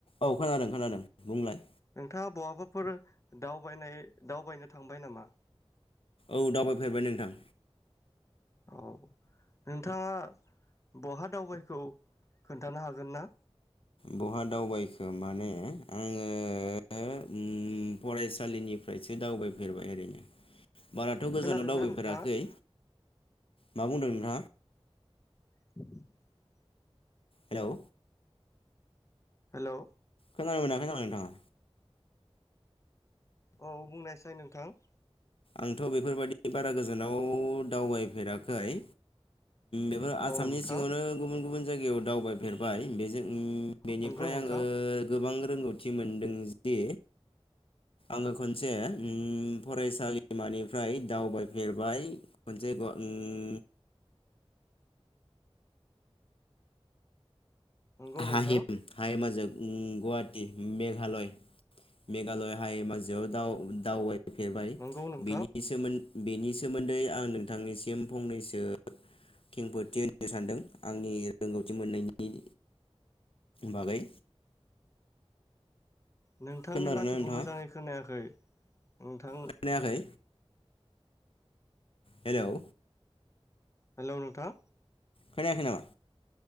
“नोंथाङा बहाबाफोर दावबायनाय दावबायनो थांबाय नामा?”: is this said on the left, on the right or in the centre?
Left